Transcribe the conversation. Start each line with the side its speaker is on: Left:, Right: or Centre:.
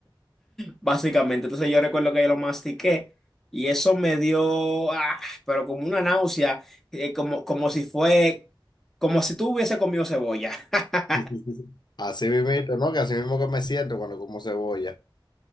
Centre: básicamente. Entonces, yo recuerdo que yo lo mastiqué y eso me dio, ah, pero como una náusea, eh, como, como si fue, como si tú hubiese comido cebolla. <laughs>
Left: <laughs> Así mismo, ¿no? Que así mismo que me siento cuando como cebolla.